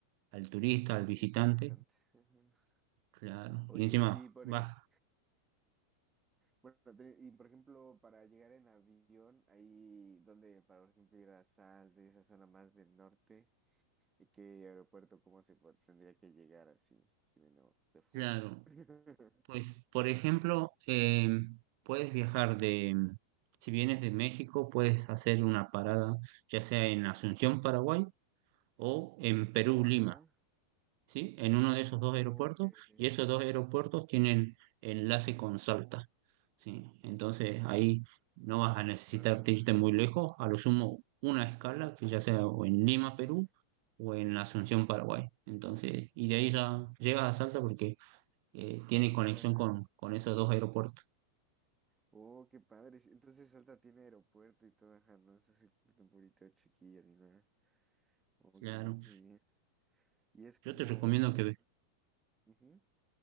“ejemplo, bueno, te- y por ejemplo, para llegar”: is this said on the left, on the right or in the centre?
Right